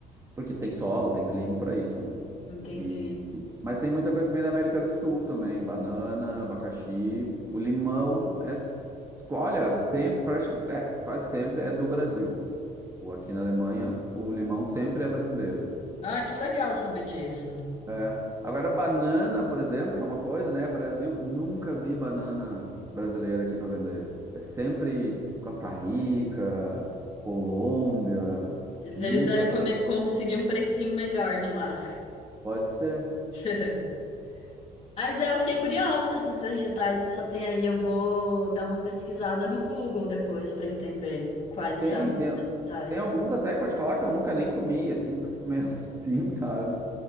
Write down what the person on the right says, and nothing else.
Porque tem solo, tem clima para isso, né?
E, mas tem muita coisa que vem da América do Sul também, banana, abacaxi, o limão é, s- olha, sempre, prati- é, quase sempre é do Brasil. O, aqui na Alemanha, o limão sempre é brasileiro.
É. Agora, banana, por exemplo, que é uma coisa, né? Brasil, nunca vi banana brasileira aqui para vender. É sempre Costa Rica, Colômbia,
nunca,
pode ser.
Tem,
tem,
tem alguns até que eu vou te falar que eu nunca nem comi, assim, porque eu fico meio <laughs> assim, sabe?